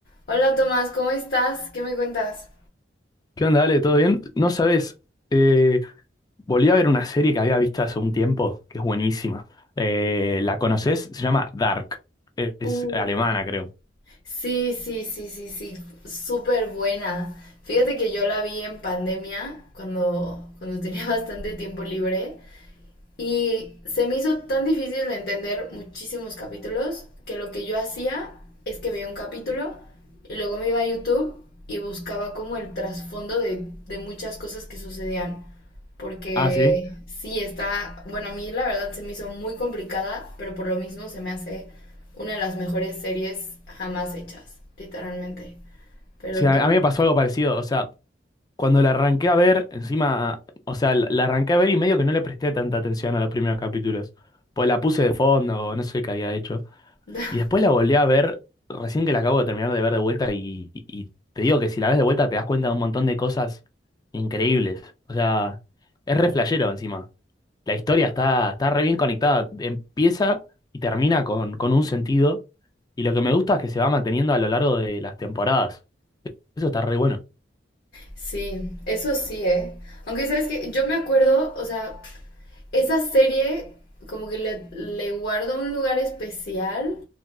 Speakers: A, on the left; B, on the left.
A: Hola Tomás, ¿cómo estás? ¿Qué me cuentas?
B: ¿Qué onda, Ale? ¿Todo bien? No sabes, eh, volví a ver una serie que había visto hace un tiempo, que es buenísima. Eh, ¿la conoces? Se llama Dark. Es, es
A: Uy,
B: alemana, creo.
A: Sí, sí, sí, sí, sí, súper buena. Fíjate que yo la vi en pandemia, cuando, cuando tenía <laughs> bastante tiempo libre, Y se me hizo tan difícil de entender muchísimos capítulos que lo que yo hacía es que veía un capítulo y luego me iba a YouTube y buscaba como el trasfondo de, de muchas cosas que sucedían. Porque
B: Ah, sí.
A: sí, está, bueno, a mí la verdad se me hizo muy complicada, pero por lo mismo se me hace una de las mejores series jamás hechas, literalmente. Pero
B: Sí, a,
A: tú...
B: a mí me pasó algo parecido. O sea, cuando la arranqué a ver, encima, o sea, la, la arranqué a ver y medio que no le presté tanta atención a los primeros capítulos. Pues la puse de fondo, no sé qué había hecho.
A: <laughs>
B: Y después la volví a ver, recién que la acabo de terminar de ver de vuelta y, y te digo que si la ves de vuelta te das cuenta de un montón de cosas increíbles. O sea, es re flashero encima. La historia está, está re bien conectada. Empieza y termina con, con un sentido. Y lo que me gusta es que se va manteniendo a lo largo de las temporadas. Eso está re bueno.
A: Sí, eso sí, ¿eh? Aunque sabes que yo me acuerdo, o sea, esa serie como que le, le guardo un lugar especial,